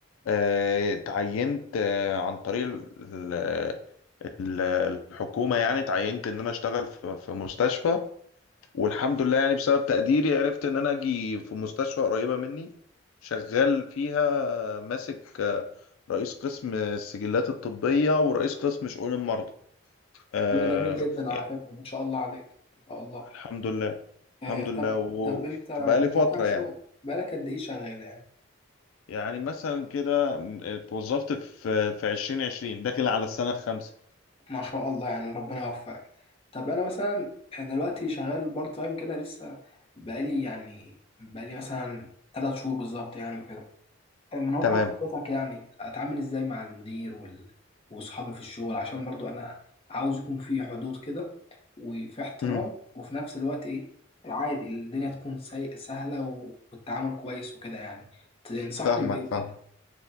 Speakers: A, on the left; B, on the left.
A: آه، اتعينت آه، عن طريق ال- ال- الحكومة يعني اتعينت ان انا اشتغل في في مستشفى والحمد لله يعني بسبب تقديري عرفت ان انا اجي في مستشفى قريبة مني شغال فيها آه، ماسك آه، رئيس قسم السجلات الطبية ورئيس قسم شؤون المرضى آه،
B: ده جميل جدا
A: يعني
B: على فكرة ما شاء الله عليك ما شاء الله
A: الحمد لله
B: آه،
A: الحمد لله
B: طب طب أنت من
A: وبقالي فترة
B: واقع الشغل
A: يعني
B: بقالك قد إيه شغال يعني؟
A: يعني مثلا كده م- اتوظفت في في 2020 داخل على السنة الخامسة
B: ما شاء الله يعني ربنا يوفقك طب أنا مثلا دلوقتي شغال بارت تايم كده لسه بقالي يعني بقالي مثلا ثلاث شهور بالظبط يعني وكده من واقع
A: تمام
B: خبرتك يعني اتعامل ازاي مع المدير وال... واصحابي في الشغل عشان برضو انا عاوز يكون في حدود كده وفي احترام
A: امم
B: وفي نفس الوقت ايه عادي الدنيا تكون سي... سهلة و... والتعامل كويس وكده يعني تنصحني
A: فاهمك
B: بايه وكده
A: فاهم